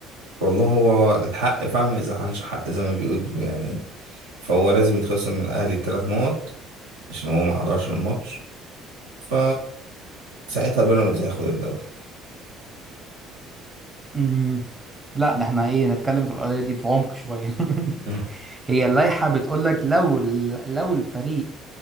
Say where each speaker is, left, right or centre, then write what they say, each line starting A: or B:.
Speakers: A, on the right; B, on the right.
A: والله هو الحق فعلا ما يزعلش حق زي ما بيقولوا يعني فهو لازم يتخصم من الاهلي تلات نقط عشان هو ما حضرش الماتش ف ساعتها بيراميدز هياخد الدوري
B: مم. لا ده احنا ايه نتكلم في القضية دي بعمق شوية <laughs>
A: مم.
B: هي اللائحة بتقولك لو ال- لو الفريق